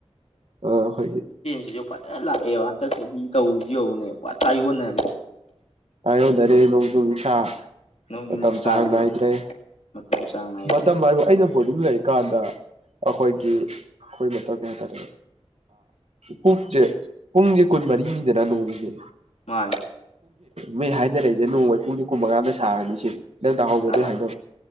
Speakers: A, on the right; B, on the left.
A: ꯑꯩꯈꯣꯏꯒꯤ
B: ꯁꯤꯁꯨ ꯐꯖꯅ ꯂꯥꯛꯑꯦꯕ ꯍꯟꯗꯛꯁꯨ ꯍꯤ ꯀꯧꯔꯤꯁꯤ ꯌꯧꯨꯅꯦ ꯄꯨ ꯇꯥ ꯌꯣꯟꯅꯔꯦ
A: ꯑꯣꯗꯔꯦ ꯂꯁ ꯃꯇꯝ
B: ꯅꯣꯡꯖꯨ
A: ꯃꯇꯝ
B: ꯅꯨꯡꯁꯥꯁꯦ
A: ꯆꯥꯥꯏꯗ꯭ꯔꯦ
B: ꯃꯇꯝ ꯆꯥꯡ ꯅꯥꯏꯗꯦ
A: ꯃꯇꯝ ꯑꯩꯅ ꯐꯣꯂꯤ ꯂꯩꯦ ꯀꯥꯟꯗ ꯑꯩꯈꯣꯏꯒꯤ ꯑꯩꯈꯣꯏ ꯃꯇꯧ ꯀꯩ ꯍꯥꯏꯇꯥꯔꯦ ꯄꯨꯛꯁꯦ ꯄꯨꯡꯁꯦ ꯀꯨꯠ ꯃꯔꯤꯅꯤꯗꯔ ꯂꯧꯕꯁꯦ
B: ꯃꯥ
A: ꯃꯤ ꯍꯥꯏꯅꯔꯛꯏꯁꯦ ꯅꯣꯡꯃꯩ ꯄꯨꯡꯒꯤ ꯀꯨꯟ ꯃꯉꯥꯗ ꯁꯥꯔꯅꯤ ꯁꯤ ꯅꯪ ꯇꯥꯛꯍꯧꯕ ꯑꯗꯨꯗꯤ
B: ꯑꯥ
A: ꯍꯥꯏꯗ